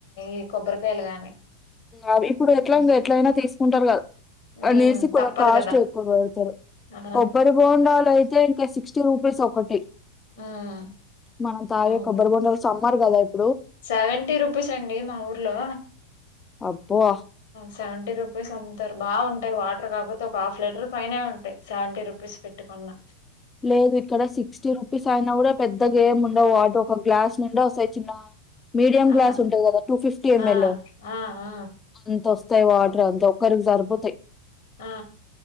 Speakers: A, on the left (about 60°); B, on the left (about 15°).
A: ఈ కొబ్బరికాయలు గాని
B: అవి ఇప్పుడు ఎట్లాగు
A: ఉమ్
B: ఎట్లయినా తీసుకుంటారు కదా
A: ఉమ్,
B: అనేసి కొంచెం
A: తప్పదు
B: కాస్ట్
A: కదా
B: ఎక్కువ పెడతారు
A: ఆ
B: కొబ్బరి బొండాలు అయితే ఇంకా సిక్స్టీ రూపీస్ ఒకటి
A: ఉమ్
B: మనం తాగే
A: అవును
B: కొబ్బరు బొండాలు సమ్మరు కదా ఇది
A: సెవెంటీ రూపీస్ అండి మా ఊర్లో
B: అబ్బో హా
A: సెవెంటీ రుపీస్ అమ్ముతారు బాగుంటాయి వాటర్ కాకపోతే ఒక హాఫ్ లీటర్ పైనే ఉంటాయి సెవెంటీ రుపీస్ విడిసి పెట్టు మల్లా
B: లేదు ఇక్కడ సిక్స్టీ రుపీస్ అయినా కూడా పెద్ద గేమ్ ఉండవు వాటి ఒక గ్లాస్ నిండా వస్తాయి చిన్న మీడియం
A: ఆ
B: క్గ్లాస్ ఉంటంది కదా టూ ఫిఫ్టీ ఎంఎల్
A: ఆ ఆ ఆ
B: అంత వస్తాయి వాటర్
A: ఓక్
B: అంతా ఒక్కరికి సరిపోతాయి
A: ఆ